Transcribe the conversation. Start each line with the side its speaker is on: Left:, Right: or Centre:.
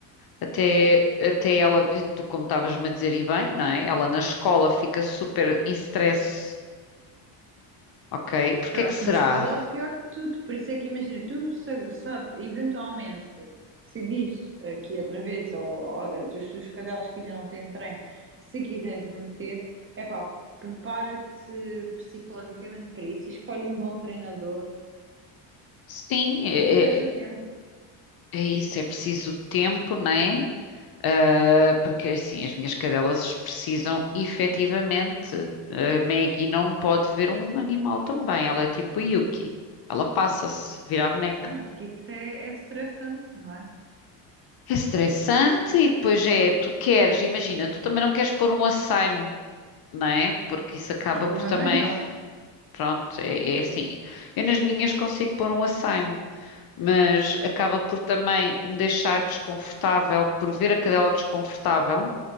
Left: Até,
Right: Sim,
Left: até ela, tu como estavas-me a dizer, e bem, não é? Ela na escola fica super em stress, ok? Porque
Right: Eu
Left: é
Right: acho
Left: que será?
Right: que na escola é o pior de tudo, por isso é que imagina, tu sabe, sabe eventualmente decidires aqui outra vez, ou, ou dos teus cadelos que ainda não têm treino, se quiseres meter, é pá, prepara-te psicologicamente para isso, e escolhe um bom treinador
Left: Sim, é,
Right: e arranja
Left: é-
Right: tempo.
Left: é isso, é preciso tempo, não é? Ah, porque assim, as minhas cadelas precisam efetivamente. A Maggie não pode ver um animal também, ela é tipo Yuki. Ela passa-se, vira a boneca.
Right: Não é que isso é, é estressante, não é?
Left: É estressante e depois é, tu queres, imagina, tu também não queres pôr um açaime, não é? Porque isso acaba
Right: Ah,
Left: por
Right: o meu
Left: também.
Right: nem dá.
Left: Pronto, é, é assim. Eu nas minhas consigo pôr um açaime, mas acaba por também me deixar desconfortável por ver a cadela desconfortável,